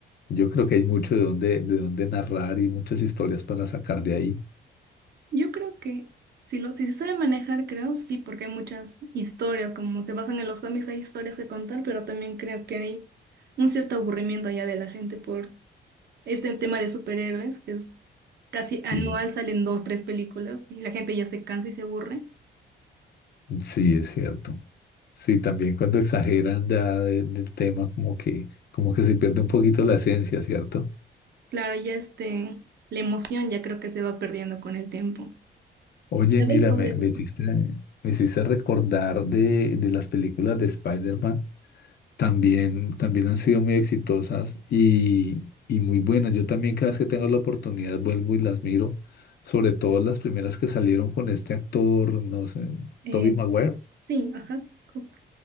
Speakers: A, on the left; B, on the right.
A: Yo creo que hay mucho de dónde, de dónde narrar y muchas historias para sacar de ahí.
B: Yo creo que si, lo, si se sabe manejar, creo sí, porque hay muchas historias, como se basan en los cómics, hay historias que contar, pero también creo que hay un cierto aburrimiento ya de la gente por este tema de superhéroes, que es casi anual
A: Sí,
B: salen dos, tres películas y la gente ya se cansa y se aburre.
A: sí, es cierto. Sí, también cuando exageran ya de- del tema, como que, como que se pierde un poquito la esencia, ¿cierto?
B: Claro, ya este, la emoción ya creo que se va perdiendo con el tiempo.
A: Oye,
B: Ya
A: mira,
B: ves, podría
A: me, me
B: pasar.
A: hiciste, me hiciste recordar de, de las películas de Spider-Man. También, también han sido muy exitosas y, y muy buenas. Yo también cada vez que tengo la oportunidad vuelvo y las miro, sobre todo las primeras que salieron con este actor, no sé,
B: Eh,
A: Tobey Maguire.
B: sí, ajá, justo.